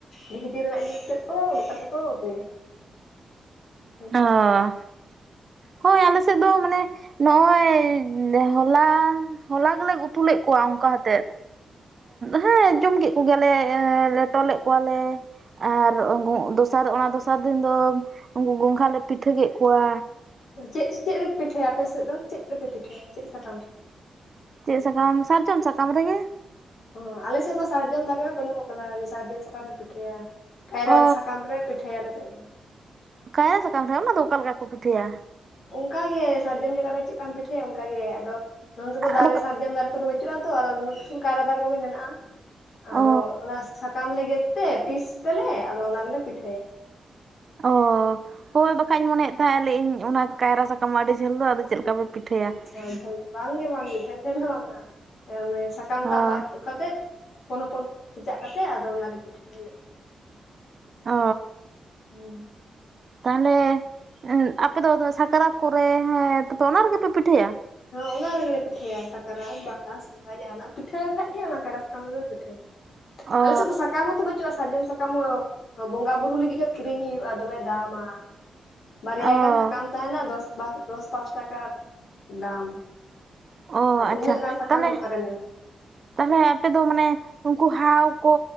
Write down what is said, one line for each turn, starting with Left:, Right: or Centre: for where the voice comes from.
Left: ᱰᱤᱦᱤᱛᱤᱨ ᱨᱮᱱᱟ ᱤᱭᱟᱹᱛᱮᱫ ᱠᱚ <unintelligible> ᱩᱰᱠ ᱠᱟᱛᱮᱫ ᱠᱚ ᱩᱛᱩᱭᱟ ᱚᱱᱠᱟ
Right: ᱟᱻ ᱦᱳᱭ ᱟᱞᱮ ᱥᱮᱫ ᱫᱚ ᱢᱟᱱᱮ ᱱᱚᱜᱼᱚᱭ ᱵᱚᱝᱜᱚ ᱦᱚᱞᱟ ᱦᱚᱞᱟ ᱜᱮᱞᱮ ᱜᱩᱛᱩᱞᱮᱜ ᱠᱚᱣᱟ ᱚᱝᱠᱟ ᱦᱟᱛᱮᱫ᱾ ᱦᱮᱸ ᱡᱚᱢ ᱠᱮᱫ ᱠᱚᱜᱮᱭᱟᱞᱮ ᱞᱮᱴᱚᱞᱮᱫ ᱠᱚᱣᱟᱞᱮ ᱟᱨ ᱚᱝᱼᱚ ᱫᱚᱥᱟᱨ ᱚᱱᱟ ᱫᱚᱥᱟᱨ ᱫᱤᱱ ᱫᱚ ᱩᱱᱠᱩ ᱜᱚᱝᱜᱷᱦᱟ ᱞᱮ ᱯᱤᱴᱷᱟᱹ ᱠᱮᱜ ᱠᱚᱣᱟ᱾
Left: ᱪᱮᱜ ᱪᱮᱜ ᱨᱮᱯ ᱯᱤᱴᱷᱟᱹᱭᱟ ᱟᱯᱮ ᱥᱮᱜ ᱫᱚ ᱪᱮᱫ ᱨᱮᱯᱮ ᱯᱤᱴᱷᱟᱹᱭᱟ ᱪᱮᱜ ᱥᱟᱠᱟᱢ ᱨᱮ?
Right: ᱪᱮᱫ ᱥᱟᱠᱟᱢ ᱥᱟᱨᱡᱚᱢ ᱥᱟᱠᱟᱢ ᱨᱮᱜᱮ᱾
Left: ᱚ ᱟᱞᱮᱥᱮᱜ ᱢᱟ ᱥᱟᱨᱡᱚᱢ ᱫᱟᱨᱮ ᱦᱚᱸ ᱵᱟᱹᱱᱩᱜ ᱟᱠᱟᱫᱟ ᱥᱟᱨᱡᱚᱢ ᱥᱟᱠᱟᱢ ᱨᱮᱢ ᱯᱤᱴᱷᱟᱹᱭᱟ᱾ ᱠᱟᱭᱨᱟ
Right: ᱚ
Left: ᱨᱮ ᱥᱟᱠᱟᱢ ᱨᱮ ᱯᱤᱴᱷᱟᱹᱭᱟ ᱞᱮ ᱪᱮᱜ ᱫᱚ᱾
Right: ᱠᱟᱭᱨᱟ ᱥᱟᱠᱟᱢ ᱫᱷᱚ ᱚᱱᱟ ᱫᱚ ᱚᱠᱟ ᱞᱮᱠᱟ ᱠᱚ ᱯᱤᱴᱷᱟᱹᱭᱟ?
Left: ᱚᱱᱠᱟ ᱜᱮ ᱥᱟᱨᱡᱚᱢ ᱡᱮᱠᱟᱨᱮ ᱪᱮᱜ ᱠᱟᱢ ᱯᱤᱴᱷᱟᱹᱭᱟ ᱚᱱᱠᱟᱜ ᱜᱮ ᱟᱫᱚ ᱱᱚᱱᱛᱮ
Right: ᱟᱫᱚ
Left: ᱫᱚ ᱫᱟᱨᱮ ᱥᱟᱨᱡᱚᱢ ᱫᱟᱨᱮ ᱫᱚ ᱵᱟᱹᱪᱩᱜᱼᱟ ᱛᱚ <inaudible> ᱠᱟᱭᱨᱟ ᱫᱟᱨᱮ ᱠᱚᱜᱮ ᱢᱮᱱᱟᱜᱼᱟ᱾ ᱟᱫᱚ
Right: ᱚ
Left: ᱚᱱᱟ ᱥᱟᱠᱟᱢ ᱞᱮ ᱜᱮᱫ ᱛᱮ ᱯᱤᱥ ᱛᱮᱞᱮ ᱟᱫᱚ ᱚᱱᱟ ᱨᱮᱞᱮ ᱯᱤᱴᱷᱟᱹᱭᱟ᱾
Right: ᱚ ᱦᱳᱭ ᱵᱟᱠᱷᱟᱡ ᱤᱧ ᱢᱚᱱᱮᱭᱮᱫ ᱛᱟᱦᱮᱸ ᱞᱤᱧ ᱤᱧ ᱚᱱᱟ ᱠᱟᱭᱨᱟ ᱥᱟᱠᱟᱢ ᱟᱹᱰᱤ ᱡᱷᱟᱹᱞ ᱫᱚ ᱟᱫᱚ ᱪᱮᱫ ᱞᱮᱠᱟ ᱯᱮ ᱯᱤᱴᱷᱟᱹᱭᱟ
Left: ᱮ ᱡᱷᱟᱹᱞ ᱵᱟᱝᱜᱮ ᱵᱟᱝᱜᱮ ᱡᱷᱟᱹᱞ ᱡᱷᱟᱹᱞ ᱫᱚ ᱵᱟᱝᱟ ᱮ ᱢᱟᱱᱮ ᱟᱠᱟᱢᱴᱟᱜ
Right: ᱦᱳᱭ
Left: ᱢᱟ ᱠᱟᱛᱮᱫ ᱦᱚᱯᱚᱱ ᱦᱚᱯᱚᱱ ᱠᱮᱪᱟᱜ ᱠᱟᱛᱮ ᱟᱫᱚ ᱚᱱᱟᱨᱮ ᱯᱤᱴᱷᱟᱹ ᱦᱩᱭᱩᱜᱼᱟ᱾
Right: ᱚᱻ᱾
Left: ᱦᱩ᱾
Right: ᱛᱟᱦᱚᱞᱮ ᱩᱸᱜ ᱟᱯᱮ ᱫᱚ ᱛᱚ ᱥᱟᱠᱨᱟᱛ ᱠᱚᱨᱮ ᱦᱮᱸ ᱛᱚᱯᱮ ᱚᱱᱟ ᱨᱮᱜᱮ ᱯᱮ ᱯᱤᱴᱷᱟᱹᱭᱟ᱾
Left: ᱦᱚ ᱚᱱᱟ ᱨᱮᱜᱮᱞᱮ ᱯᱤᱴᱷᱟᱹᱭᱟ ᱥᱟᱠᱨᱟᱛ, ᱵᱟᱦᱟ, ᱥᱚ ᱱᱚᱠᱟ ᱡᱟᱦᱟᱱᱟᱜ ᱯᱤᱴᱷᱟᱹ ᱠᱷᱟᱡ ᱜᱮ ᱚᱱᱟ ᱠᱟᱨᱟ ᱥᱟᱠᱟᱢ ᱨᱮᱜᱮᱞᱮ ᱯᱤᱴᱷᱟᱹᱭᱟ,
Right: ᱚ
Left: ᱟᱞᱮ ᱥᱮᱫ ᱫᱚ ᱥᱟᱠᱟᱢ ᱦᱚᱸᱛᱚ ᱵᱟᱹᱪᱩᱜᱼᱟ᱾ ᱥᱟᱨᱡᱚᱢ ᱥᱟᱠᱟᱢ ᱦᱚᱸ ᱵᱚᱸᱜᱟ ᱵᱩᱨᱩ ᱞᱟᱹᱜᱤᱜ ᱜᱮ ᱠᱤᱨᱤᱧ ᱦᱩᱭᱩᱜᱼᱟ ᱫᱚᱢᱮ ᱫᱟᱢᱟ᱾ ᱵᱟᱨᱭᱟ
Right: ᱚ
Left: ᱜᱟᱱ ᱥᱟᱠᱟᱢ ᱛᱟᱦᱮᱱᱟ ᱫᱚᱥ ᱵᱟ ᱫᱚᱥ ᱯᱟᱸᱥ ᱴᱟᱠᱟ ᱵᱟᱝ,
Right: ᱚ
Left: ᱫᱚ
Right: ᱟᱪᱪᱷᱟ
Left: ᱩᱱᱟᱹᱜ ᱜᱟᱱ ᱥᱟᱠᱟᱢ
Right: ᱛᱟᱦᱚᱞᱮ
Left: ᱫᱚ ᱚᱠᱟᱨᱮᱢ ᱧᱟᱢᱟ?
Right: ᱛᱟᱦᱚᱞᱮ ᱟᱯᱮ ᱫᱚ ᱢᱟᱱᱮ ᱩᱝᱠᱩ ᱦᱟᱣ ᱠᱚ